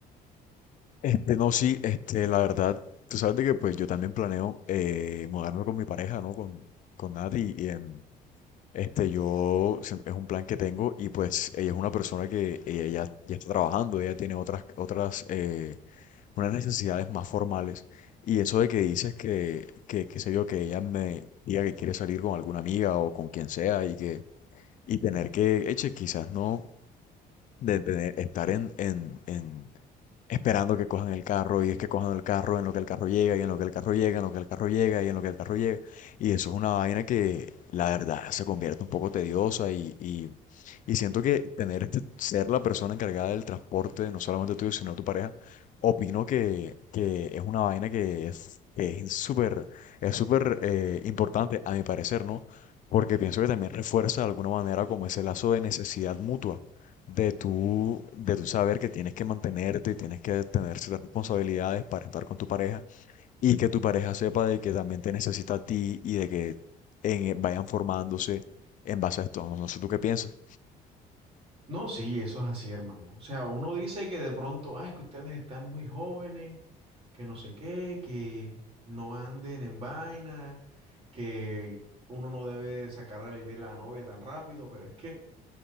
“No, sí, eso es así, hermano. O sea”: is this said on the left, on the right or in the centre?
Right